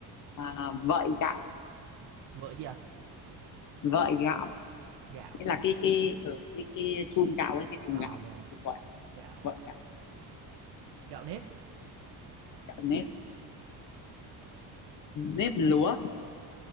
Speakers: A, on the left; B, on the right.
A: à, vợi gạo
B: vợi gì à?
A: vợi gạo
B: Gạo
A: nghĩa là
B: à?
A: cái cái ừ, cái cái chum gạo ấy cái thùng
B: À
A: gạo
B: vâng, à,
A: thì gọi
B: gạo.
A: vậy
B: Gạo nếp,
A: gạo nếp nếp lúa